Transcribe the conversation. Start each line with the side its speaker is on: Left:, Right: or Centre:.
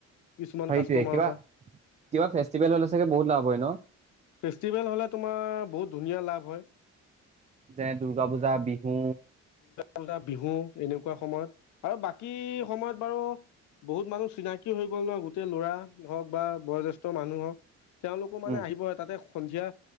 Left: কিছুমান
Right: সেইটোৱে
Left: কাষ্টমাৰৰ
Right: কিবা
Left: পৰা।
Right: কিবা ফেষ্টিভেল হ'লে চাগে বহুত লাভ হয় ন'?
Left: ফেষ্টিভেল হ'লে তোমাৰ বহুত ধুনীয়া লাভ হয়।
Right: যেনে দুৰ্গা পূজা, বিহু।
Left: আলা বিহু এনেকুৱা সময়ত। আৰু বাকী সময়ত বাৰু বহুত মানুহ চিনাকি হৈ গ'ল নহ, গোটেই ল'ৰা হওক বা বয়োজেষ্ঠ মানুহ হওক তেওঁলোকো মানে
Right: উম,
Left: আহিব সন্ধিয়া